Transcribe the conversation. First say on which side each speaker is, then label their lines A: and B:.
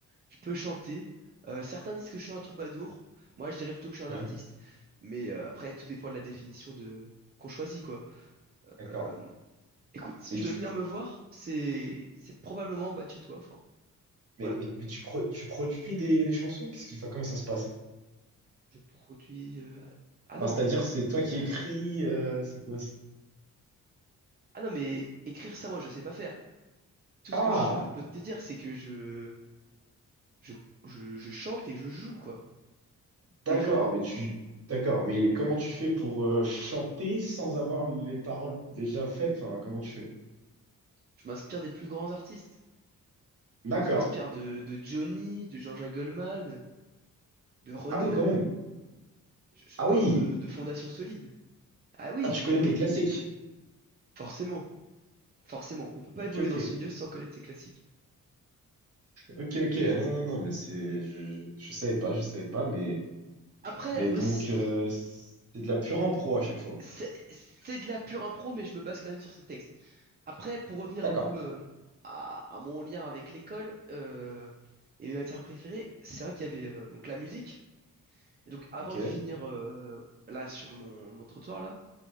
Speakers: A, on the right (about 30°); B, on the right (about 45°).
A: je peux chanter. Euh, certains disent que je suis un troubadour, moi je dirais plutôt que je suis un
B: ouais,
A: artiste, mais euh, après tout dépend de la définition de qu'on choisit quoi.
B: d'accord.
A: Euh, écoute, si
B: Mais
A: tu
B: tu,
A: veux venir
B: tu-
A: me voir, c'est c'est probablement en bas de chez toi. Enfin
B: mais,
A: voilà,
B: mais- mais tu, pro- tu produis des, des chansons? Qu'est-ce qu'il faut, comment ça se passe?
A: je produis. euh, ah
B: Enfin,
A: non,
B: c'est-à-dire, c'est toi qui
A: ah
B: écris, euh, c'est quoi? c'est-
A: ah non mais écrire ça moi je sais pas faire. Tout
B: Ah,
A: ce que je peux te dire c'est que je je, je, je chante et je joue, quoi. Des
B: d'accord,
A: gens,
B: mais tu, d'accord, mais comment tu fais pour euh, chanter sans avoir les paroles déjà faites? Enfin, comment tu fais?
A: je m'inspire des plus grands artistes.
B: D'accord.
A: Je m'inspire de, de Johnny, de Jean-Jacques Goldman, de Renaud.
B: Ah oui, quand même.
A: Je, je
B: Ah
A: pars
B: oui!
A: de, de fondations solides. Ah oui,
B: Ah, tu connais
A: eh oui,
B: tes classiques.
A: forcément, forcément. On peut pas
B: Ok,
A: évoluer
B: ok.
A: dans ce milieu sans connaître ses classiques.
B: Ok, ok. Ah non, non, non, mais c'est. Je, je savais pas, je savais pas, mais.
A: Après
B: Mais
A: aussi,
B: donc, euh, c'est de la pure impro à chaque fois.
A: c'est c'est de la pure impro, mais je me base quand même sur ces textes. Après, pour revenir
B: D'accord.
A: un peu euh, à, à mon lien avec l'école euh, et mes matières préférées, c'est vrai qu'il y avait euh, donc la musique, Et donc, avant
B: Ok.
A: de finir euh, là sur mon, mon trottoir là,